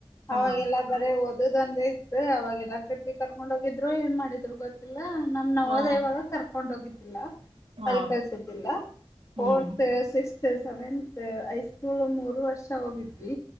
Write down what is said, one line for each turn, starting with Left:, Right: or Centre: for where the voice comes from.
Right: ಹಾ
Left: ಅವಾಗೆಲ್ಲಾ ಬರೇ ಓದುದು ಒಂದೆ ಅವಾಗೆಲ್ಲಾ ಟ್ರಿಪಿಗ್ ಕರ್ಕೊಂಡ್ ಹೋಗಿದ್ರು ಏನ್ ಮಾಡಿದ್ರು ಗೊತ್ತಿಲ್ಲ ನಮ್ ನವೋದ
Right: ಹಾ
Left: ಇವಾಗ ಕರ್ಕೊಂಡ್ ಹೋಗಿದ್ರು
Right: ಹಾ
Left: ಅಲ್ಲಿ ಕಳ್ಸುದಿಲ್ಲ
Right: ಹ್ಮ್
Left: ಫೋರ್ತ್ ಸಿಕ್ಸ್ತ್ ಸೆವೆಂತ್ ಐ ಸ್ಕೂಲ್ ಮೂರು ವರ್ಷ ಹೋಗಿದ್ವಿ